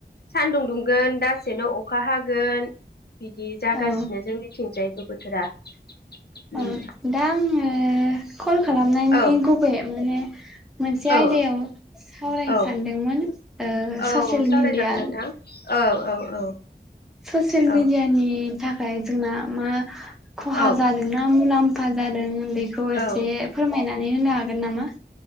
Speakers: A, on the left (about 65°); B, in the centre.
A: सानदुं दुंगोन दासेनो अखा हागोन। बिदि जागासिनो
B: औ
A: जोंनिथिंजाय। बोथोरा। उम
B: ओ दा आङो ओ कल खालामनायनि
A: औ
B: गुबै माने मोनसे
A: औ
B: आयदायाव सावरायनो
A: औ
B: सानदोंमोन। ओ
A: औ
B: ससियेल
A: सावरायजागोन
B: मिडिया
A: नोंथां औ औ औ।
B: ससियेल
A: औ
B: मिडिया नि थाखाय जोंना मा खहा
A: औ
B: जादों मा मुलाम्फा जादों मा बेखौ एसे
A: औ
B: फोरमायना नै होनो हागोन नामा?